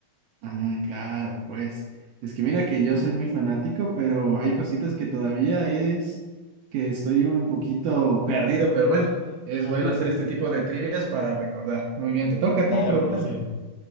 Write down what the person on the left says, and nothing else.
<laughs>
Claro
que sí.